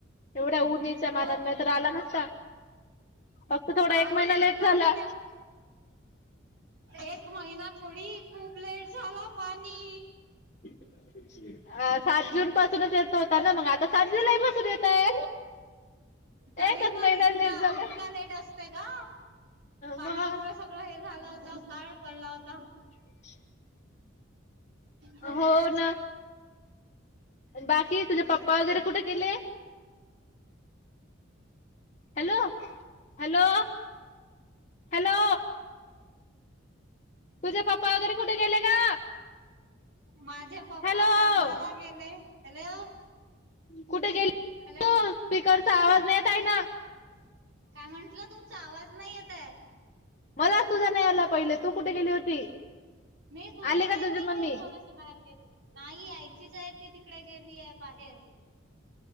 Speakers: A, on the left; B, on the right.
A: एवढ्या उऊणीच्या
B: हो
A: मानांना, नाही तर आला नसता. फक्त थोडा
B: पाणी
A: एक महिना लेट
B: इतका
A: झाला.
B: कुठे एक महिना थोडी, खूप लेट झाला पाणी.
A: अ. सात जून पासूनच येत होता ना, मग आता सात जुलै पासून येत आहे.
B: तरी
A: एकच
B: पण
A: महिना
B: इतका
A: लेट झाला
B: इतक्या लेट असते का? पाण्यामुळे
A: मग
B: सगळं हे झालं होत काळ पडला होता.
A: <inaudible>
B: ह्ं
A: हो ना बाकी तुझे पप्पा वगैरे कुठे केले? हॅलो हॅलो हॅलो तुझे पप्पा वगैरे कुठे गेले का?
B: माझे पप्पा
A: हॅलो
B: कामाला गेले हॅलो.
A: कुठे गेले
B: हॅलो
A: तू स्पीकरचा आवाज नाही येत आहे ना
B: काय म्हंटलं तुमचा आवाज नाही येतय.
A: मला तुझा नाही आला पाहिले तू कुठे गेली होती?
B: मी कुठे
A: आली का
B: नाही
A: तुझी
B: मी
A: मम्मी
B: आहे थोडशी बाहेर गेली नाही यायचीच आहे ती तिकडे गेली आहे बाहेर. ह